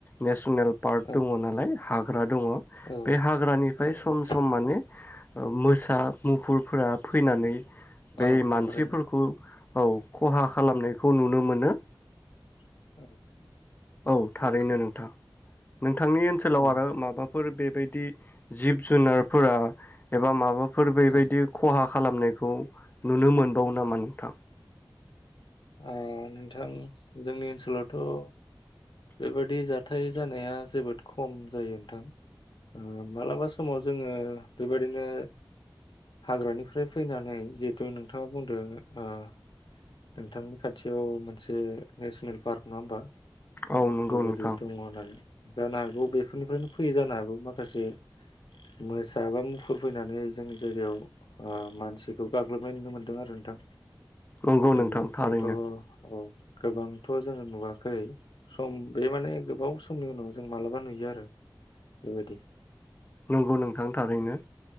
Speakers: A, on the left; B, on the left.
A: नेसनेल पार्ट
B: औ
A: दङ नालाय हाग हाग दङ
B: औ
A: बे हाग्रानिफ्राय
B: औ
A: सम
B: औ
A: सम माने मोसा मुफुरफोरा फैनानै बे
B: औ
A: मानसिफोरखौ
B: थारैनो
A: औ खहा खालामनायखौ नुनो मोनो
B: <inaudible>
A: औ थारैनो
B: नंगौ
A: नोंथां नोंथांनि ओनसोलाव
B: औ
A: आरो माबाफोर बे बिदि जिब जुनारफोरा एबा माबा फोर बेबायदि
B: औ
A: खहा खालामनायखौ नुनो मोन वयो नामा नोंथां
B: अ नोंथां जोंनि ओनसोलावथ' बेबादि जाथाय जानाया जोबोद खम जायो नोंथां ओ मालाबा समाव जोङो बेबायाददिनो हाग्रानिफ्राय फैनानै जिहेथु नोंथाङा बुंदों ओ नोंथांनि खाथियाव मोनसे नेसनेल पार्क नङा होमबा
A: औ नंगौ
B: बेबायदि
A: नोंथां
B: दङ नानै जानो हागौ बेफोरनिफ्रायनो फैयो जानो हागौ माखासे मोसा बा मुफुर फैनानै जों जायगायाव मानसिखौ गाग्लोबनाय नुनो मोनदों आरो नोंथां।
A: नंगौ
B: बेनिफ्रायथ'
A: नोंथां थारैनो
B: औ। गोबांथ' जोङो नुवाखै। सम बे माने गोबाव समनि उनाव जों मालाबा नुयो आरो बेबायदि
A: नंगौ नोंथां थारैनो